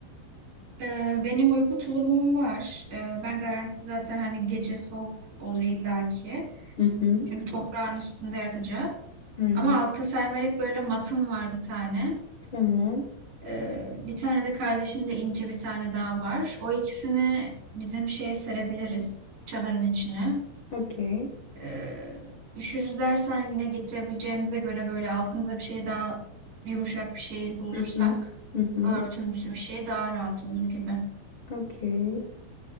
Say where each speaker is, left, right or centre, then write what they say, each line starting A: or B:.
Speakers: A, on the right; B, on the left.
A: E, Benim uyku tulumum var. E, Ben garanti zaten hani gece soğuk olur illaki.
B: Hı hı.
A: Çünkü toprağın üstünde yatacağız.
B: Aynen.
A: Ama alta sermerek böyle matım var bir tane.
B: Tamam.
A: E, Bir tane de kardeşimde ince bir tane daha var. O ikisini bizim şeye serebiliriz. Çadırın içine.
B: Okey.
A: Ee, üşürüz dersen yine getirebileceğimize göre böyle altımıza bir şey daha yumuşak bir şey bulursak
B: Hı hı. Hı hı.
A: örtümsü bir şey daha rahat olur gibi.
B: Okey.